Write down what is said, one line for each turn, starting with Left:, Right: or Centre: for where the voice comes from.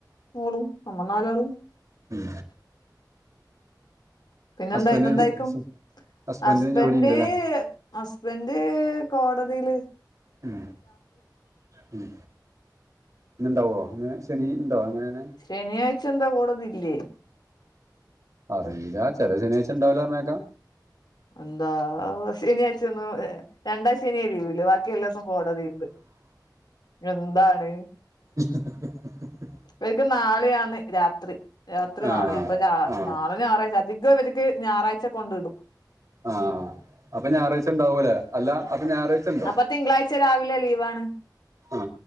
Left: മോളും നമ്മൾ നാലാളും
Right: മ്
Left: പിന്നെന്താ
Right: ഹസ്ബൻഡിന്
Left: ഇന്നെന്തായ്ക്കും
Right: ഹസ്ബൻഡിന്
Left: ഹസ്ബന്റ്
Right: ജോലി ഉണ്ടല്ലേ
Left: ഹസ്ബന്റ് കോടതീല്
Right: ഉം ഉം ഇന്ന് ഇണ്ടാവോ ഇന്ന് ശനി ഉണ്ടോ എങ്ങനെയാണ്
Left: ശനിയാഴ്ച എന്താ കോടതില്ലേ
Right: അറീല ചെല ശനിയാഴ്ച ഇണ്ടാവൂല പറീണേക്ക
Left: എന്താ ശനിയാഴ്‌ച ഒന്നും ഏഹ് രണ്ടാം ശനിയ ലീവ് ബാക്കി എല്ലാസോം കോടതിണ്ട് എന്താണ്
Right: <inaudible>
Left: ഇവെര്ക്ക് നാളെയാണ് രാത്രി രാത്രി
Right: ആ
Left: നാളെ അപ്പൊ
Right: ആ
Left: നാളെ ഞായറെയ്ക്കാരം. അതികവര്ക്ക് ഞായറാഴ്ച കൊണ്ട് വിടും.
Right: ആഹ് അപ്പ ഞായറാഴ്ച ഉണ്ടാവൂലെ അല്ല അപ്പ ഞായറാഴ്ച ഉണ്ടോ
Left: അപ്പ തിങ്കളാഴ്ച രാവിലെ ലീവാണ്
Right: ആ